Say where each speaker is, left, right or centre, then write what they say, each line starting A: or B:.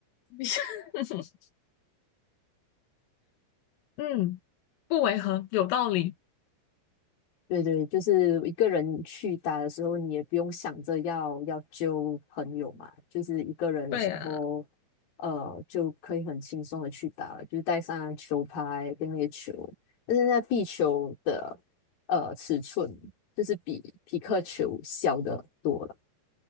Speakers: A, on the left (about 80°); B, on the left (about 50°).
A: <laughs> 嗯，不违和，有道理。
B: 对对，就是一个人去打的时候，你也不用想着要要揪朋友嘛，就是一个人的时候，
A: 对啊，
B: 呃，就可以很轻松的去打了，就是带上球拍跟那个球，但是那壁球的呃尺寸就是比匹克球小的多了。